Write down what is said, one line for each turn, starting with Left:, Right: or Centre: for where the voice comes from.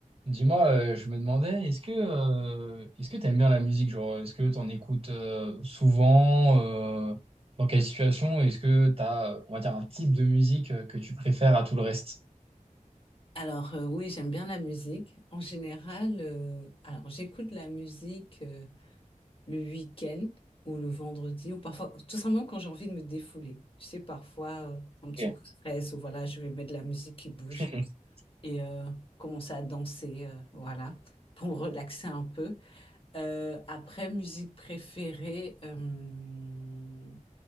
Right: Dis-moi, euh, je me demandais, est-ce que euh, est-ce que t'aimes bien la musique, genre, est-ce que t'en écoutes euh, souvent, euh, dans quelle situation, est-ce que t'as, on va dire, un type de musique euh, que tu préfères à tout le reste?
Left: Alors euh, oui, j'aime bien la musique. En général, euh, alors j'écoute la musique euh, le week-end ou le vendredi ou parfois tout simplement quand j'ai envie de me défouler. Tu sais, parfois euh, un petit
Right: Ok.
Left: coup de stress ou voilà, je vais mettre de la musique qui bouge
Right: <laughs>
Left: et euh, commencer à danser, euh, voilà, pour me relaxer un peu. Euh, après, musique préférée. euh,